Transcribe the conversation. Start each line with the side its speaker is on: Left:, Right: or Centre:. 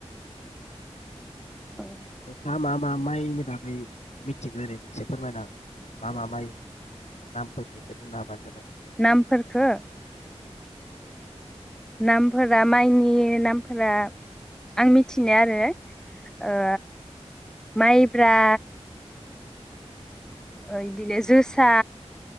Centre: औ
Left: दा मा मा माइनि बागै मिथिगौ ओरैनो एसे फोरमायना, मा मा माइ नामफोरखौ एसे बुंनो हाबानो जाबाय।
Centre: नामफोरखौ? नामफोरा माइनि नामफोरा आं मिथिनो आरो ओ माइब्रा बिदिनो जोसा,